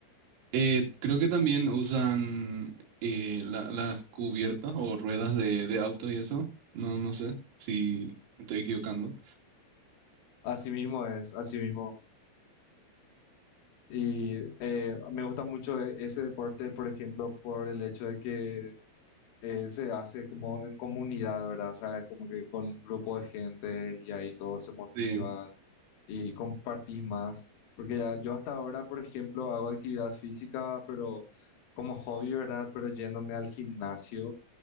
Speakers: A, on the right (about 70°); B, on the left (about 70°).
A: eh, creo que también usan eh, la- las cubiertas o ruedas de, de auto y eso. No, no sé si me estoy equivocando.
B: así mismo es, así mismo. Y eh, me gusta mucho e- ese deporte, por ejemplo, por el hecho de que eh, se hace como en comunidad, ¿verdad? O sea, es como que con un grupo de gente y ahí todos se motivan
A: Sí.
B: y compartís más. Porque ya, yo hasta ahora, por ejemplo, hago actividad física, pero como hobby, ¿verdad? Pero yéndome al gimnasio